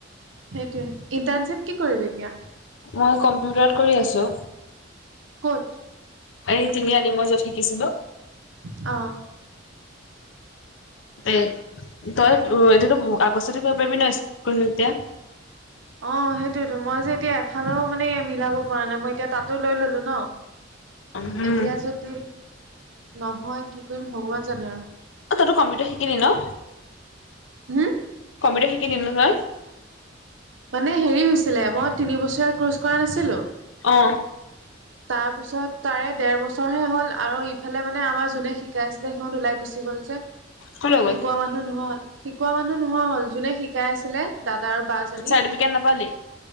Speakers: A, on the right; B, on the left.
A: সেইটোৱে, ইণ্টাৰ্ণশ্বিপ কি কৰিবি এতিয়া?
B: মই কম্পিউটাৰত কৰি আছোঁ।
A: ক'ত?
B: এই তিনিআলি মই য'ত শিকিছিলোঁ।
A: অ।
B: এ ত‌ই এতিয়া টো <unintelligible>
A: অ সেইটোৱেতো মই যে এতিয়া এফালো মানে মিলাব পৰা নাই মই এতিয়া তাতো লৈ ললো ন।
B: উম
A: এতিয়া যদি নহয় কি কৰিম ভগৱান জানে আৰু।
B: অ তইতো কম্পিউটাৰ শিকিলি ন?
A: হুম?
B: কম্পিউটাৰ শিকিলি ন তই?
A: মানে হেৰি হৈছিলে মই তিনিবছৰীয়া ক্ৰৰ্চ কৰা নাছিলো
B: অ।
A: তাৰ পিছত তাৰে দেৰ বছৰ হে হ'ল, আৰু ইফালে মানে আমাৰ যোনে শিকাই আছিলে সিহঁত ওলাই গুচি গ'ল যে শিকোৱা
B: ক'লৈ গ'ল
A: মানুহ মানুহ নোহোৱা হ'ল, শিকোৱা মানুহ নোহোৱা হ'ল যোনে শিকাই আ ছিলে দাদা আৰু বাজনী
B: চাৰ্টিফিকেট নাপালি